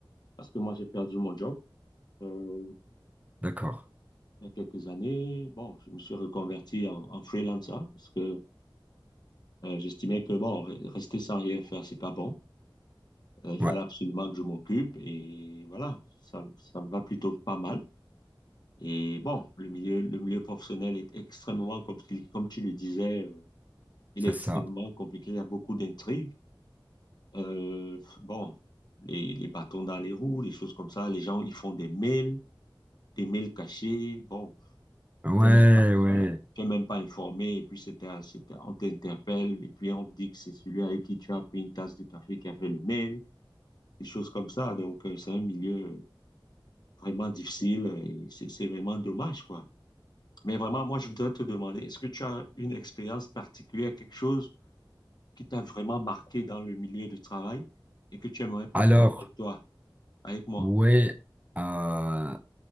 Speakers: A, on the left; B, on the right.
A: parce que moi, j'ai perdu mon job. Euh,
B: d'accord.
A: il y a quelques années, bon, je me suis reconverti en, en freelancer parce que euh, j'estimais que bon, re- rester sans rien faire, c'est pas bon. Euh, il
B: Ouais,
A: fallait absolument que je m'occupe et voilà, ça, ça me va plutôt pas mal. Et bon, le milieu, le milieu professionnel est extrêmement compliqué, comme tu le disais, euh, il
B: c'est
A: est extrêmement
B: ça.
A: compliqué. Il y a beaucoup d'intrigues. Euh, bon, les, les bâtons dans les roues, les choses comme ça. Les gens, ils font des mails, des mails cachés. Bon,
B: Ouais,
A: Tu n'es même pas,
B: ouais.
A: voilà, tu n'es même pas informé, et puis c'était, c'était, on t'interpelle, et puis on te dit que c'est celui avec qui tu as pris une tasse de café qui a fait le mail, des choses comme ça. Donc, euh, c'est un milieu vraiment difficile et c'est c'est vraiment dommage, quoi. Mais vraiment, moi, je voudrais te demander, est-ce que tu as une expérience particulière, quelque chose qui t'a vraiment marqué dans le milieu du travail et que tu aimerais partager
B: Alors,
A: avec toi, avec moi?
B: ouais, euh,